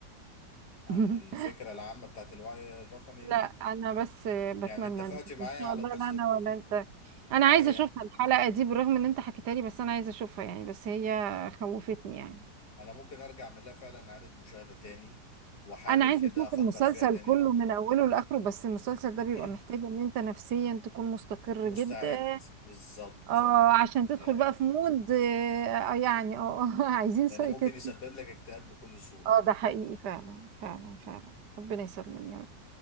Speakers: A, on the left (about 65°); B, on the right (about 70°).
A: عن
B: <laughs>
A: الفكرة العامة بتاعت الوعي الرقمي
B: لا
A: دي
B: انا بس بتمنى
A: يعني اتفقتي
B: ان
A: معايا
B: ان شاء
A: على
B: الله
A: قصة
B: لا انا ولا انت انا
A: اه
B: عايزه
A: يعني
B: اشوفها الحلقه دي بالرغم ان انت حكيتها لي بس انا عايزه اشوفها يعني بس هي خوفتني يعني
A: انا ممكن ارجع من لها فعلا اعادة مشاهدة تاني واحاول
B: انا عايزه
A: كده
B: اشوف
A: افكر
B: المسلسل
A: فيها تاني
B: كله
A: مرة
B: من اوله لاخره بس المسلسل ده بيبقى
A: <clears throat>
B: محتاج ان انت نفسيا تكون مستقر
A: مستعد
B: جدا
A: بالظبط
B: اه عشان تدخل
A: دي هي
B: بقى في مود آه، آه، يعني اه آه، <laughs> عايزين سايكاتري
A: لان ممكن يسبب لك اكتئاب بكل سهولة
B: اه ده حقيقي فعلا فعلا فعلا ربنا يسلم يا رب